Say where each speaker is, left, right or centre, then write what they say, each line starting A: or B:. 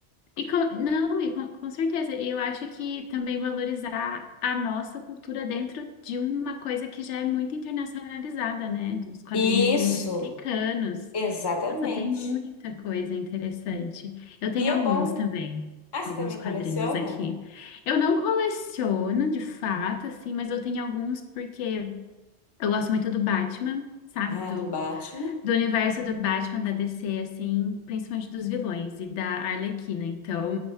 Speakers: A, on the left (about 85°); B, on the left (about 25°).
A: e com, não, e com, com certeza, e eu acho que também valorizar a nossa cultura dentro de uma coisa que já é muito internacionalizada, né? Dos quadrinhos
B: Isso,
A: serem muito americanos.
B: exatamente.
A: Nossa, tem muita coisa interessante. Eu tenho
B: E é
A: alguns
B: bom.
A: também,
B: Ah, você
A: alguns
B: também
A: quadrinhos
B: coleciona?
A: aqui. Eu não coleciono de fato, assim, mas eu tenho alguns porque eu gosto muito do Batman, sabe?
B: Ah,
A: Do
B: do Batman.
A: do universo do Batman da DC, assim, principalmente dos vilões e da Arlequina. Então,